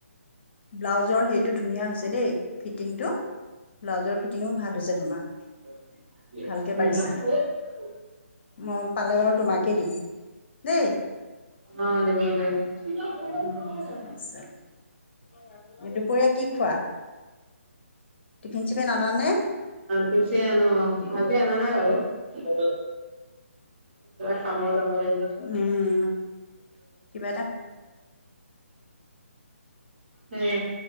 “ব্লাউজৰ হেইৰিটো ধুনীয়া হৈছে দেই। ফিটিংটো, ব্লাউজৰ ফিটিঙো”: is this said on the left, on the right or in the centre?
Left